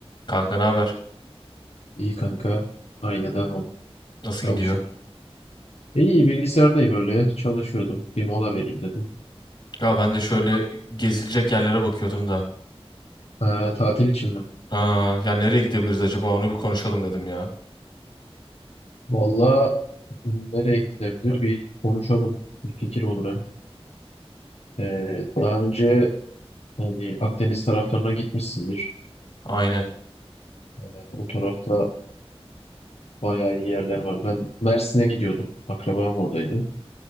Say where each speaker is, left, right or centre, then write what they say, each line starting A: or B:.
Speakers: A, on the left; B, on the left.
A: Kanka ne haber?
B: İyi kanka. Aynı devam.
A: Nasıl
B: Çalışıyorum.
A: gidiyor?
B: İyi bilgisayardayım öyle. Çalışıyordum. Bir mola vereyim dedim.
A: Ya ben de şöyle
B: Sen
A: gezilecek yerlere bakıyordum da.
B: Ee, tatil için mi?
A: Ha, ya nereye gidebiliriz acaba? Onu bir konuşalım dedim ya.
B: Valla nereye gidilebilir bir konuşalım. Bir fikir olur hem. Ee, daha önce hani Akdeniz taraflarına gitmişsindir.
A: Aynen.
B: E, O tarafta bayağı iyi yerler var. Ben Mersin'e gidiyordum. Akrabam oradaydı.